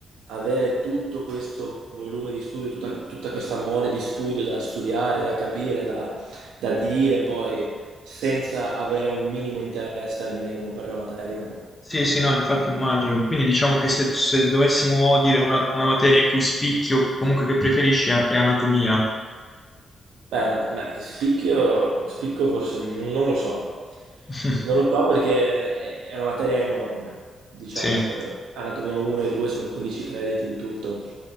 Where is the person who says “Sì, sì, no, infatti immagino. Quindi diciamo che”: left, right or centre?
Left